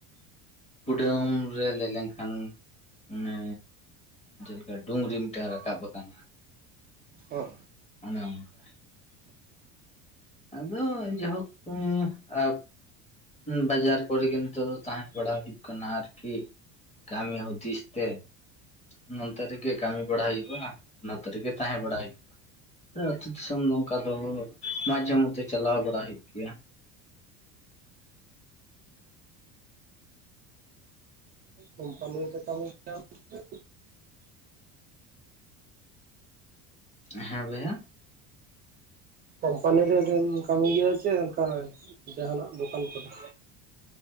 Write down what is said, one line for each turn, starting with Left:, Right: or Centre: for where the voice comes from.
Left: ᱠᱩᱰᱟᱹᱢ ᱨᱮ ᱞᱟᱹᱭ ᱞᱮᱱᱠᱷᱟᱱ ᱢᱟᱱᱮ᱾ ᱡᱮᱞᱮᱠᱟ ᱰᱩᱝᱨᱤ ᱢᱤᱫᱴᱟᱝ ᱨᱟᱠᱟᱵ ᱟᱠᱟᱱᱟ᱾
Right: ᱦᱚᱸ
Left: ᱚᱱᱮ ᱚᱱᱠᱟ᱾ ᱟᱫᱚ ᱡᱟᱭ ᱦᱳᱠ ᱩᱸ ᱟ- ᱵᱟᱡᱟᱨ ᱠᱚᱨᱮ ᱜᱮ ᱱᱤᱛᱚᱜ ᱫᱚ ᱛᱟᱦᱮᱸ ᱵᱟᱲᱟᱭ ᱦᱩᱭᱩᱜ ᱠᱟᱱᱟ ᱟᱨᱠᱤ ᱠᱟᱹᱢᱤ ᱦᱩᱫᱤᱥ ᱛᱮ᱾ ᱱᱚᱱᱛᱮ ᱨᱮᱜᱮ ᱠᱟᱹᱢᱤ ᱵᱟᱲᱟᱭ ᱦᱚᱭᱩᱜ-ᱟ᱾ ᱱᱚᱛᱮ ᱨᱮᱜᱮᱸᱛᱟᱦᱮᱸ ᱵᱟᱲᱟᱭ ᱦᱚᱭᱩᱜ ᱟᱹᱛᱩ ᱫᱤᱥᱚᱢ ᱫᱚ ᱚᱱᱠᱟ ᱫᱚ ᱢᱟᱡᱷᱮ ᱢᱚᱫᱽᱫᱷᱮ ᱪᱟᱞᱟᱣ ᱵᱟᱲᱟ ᱦᱩᱭᱩᱜ ᱜᱮᱭᱟ᱾
Right: ᱠᱳᱢᱯᱟᱱᱤ ᱨᱮ ᱠᱟᱹᱢᱤ ᱜᱮᱭᱟᱢ <inaudible>
Left: ᱦᱮᱸ ᱵᱷᱚᱭᱦᱟ
Right: ᱠᱳᱢᱯᱟᱱᱤ ᱨᱮᱵᱤᱱ ᱠᱟᱹᱢᱤ ᱜᱮᱭᱟ ᱥᱮ ᱚᱱᱠᱟ ᱡᱟᱦᱟᱱᱟᱜ ᱫᱚᱠᱟᱱ ᱠᱚᱨᱮ᱾